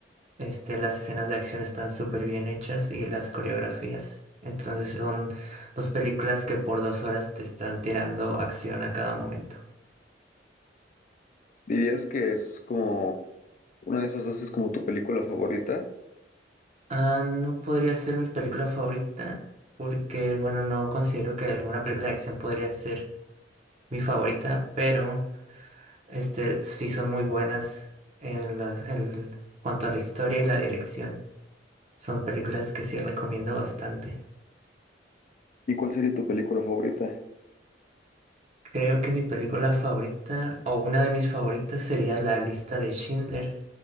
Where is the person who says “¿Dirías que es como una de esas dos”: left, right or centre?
Left